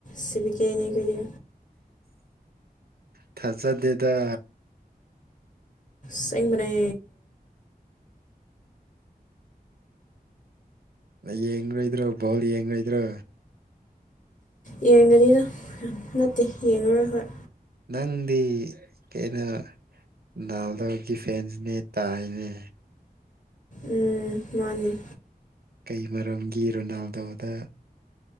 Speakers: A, on the left (about 55°); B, on the right (about 75°).
A: ꯁꯤꯕꯤꯀꯦꯅꯦꯒꯤꯗꯤ
B: ꯊꯖ ꯗꯦꯗ
A: ꯁꯦꯡꯕꯔꯦ
B: ꯌꯦꯡꯣꯏꯗ꯭ꯔꯣ ꯥꯎꯂꯤ ꯌꯦꯡꯣꯏꯗꯣ
A: ꯌꯦꯡꯒꯅꯤꯅ ꯅꯠꯇꯦ ꯌꯦꯡꯉꯔꯣꯏ ꯍꯣꯏ
B: ꯅꯪꯗꯤ ꯀꯩꯅꯣ ꯅꯗ ꯐꯦꯟꯁꯅꯦ ꯇꯥꯏꯅꯦ
A: ꯎꯝ ꯃꯥꯅꯦ
B: ꯀ ꯃꯔꯝꯒꯤ ꯔꯣꯅꯥꯜꯗꯣꯗ